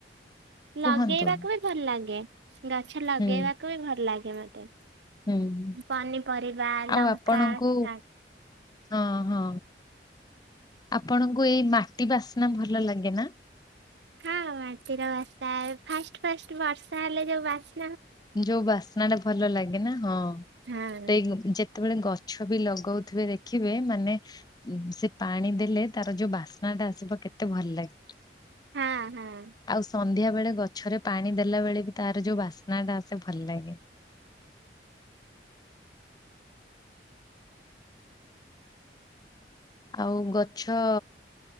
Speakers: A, on the left (about 25°); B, on the right (about 80°).
A: କୁହନ୍ତୁ
B: ଲଗେଇବାକୁ ବି ଭଲ ଲାଗେ ଗଛ ଲଗେଇବାକୁ
A: ହୁଁ
B: ବି ଭଲ ଲାଗେ ମତେ।
A: ହୁଁ
B: ପନିପରିବା,
A: ଆଉ
B: ଲଙ୍କା,
A: ଆପଣଙ୍କୁ
B: ଶାଗ
A: ହଁ ହଁ ଆପଣଙ୍କୁ ଏଇ ମାଟି ବାସ୍ନା ଭଲ ଲାଗେ ନା?
B: ହଁ ମାଟିର ବାସା ଫାଷ୍ଟ ଫାଷ୍ଟ ବର୍ଷା ହେଲେ ଯୋଉ ବାସ
A: ଯୋଉ ବାସ୍ନା ଟା ଭଲ ଲାଗେ ନା ହଁ
B: ହଁ
A: ଟେଗ ଯେତ କେତେବେଳେ ଗଛ ବି ଲଗୋଉଥିବେ ଦେଖିବେ ମାନେ ଉ ସେ ପାଣି ଦେଲେ ତାର ଯୋଉ ବାସ୍ନା ଟା ଆସିବ କେତେ ଭଲ ଲାଗ।
B: ହଁ ହଁ
A: ଆଉ ସନ୍ଧ୍ୟା ବେଳେ ଗଛରେ ପାଣି ଦେଲା ବେଳେ ବି ତାର ଯୋଉ ବାସ ନାଁଟା ଆସେ ଭଲ ଲାଗେ। ଆଉ ଗଛ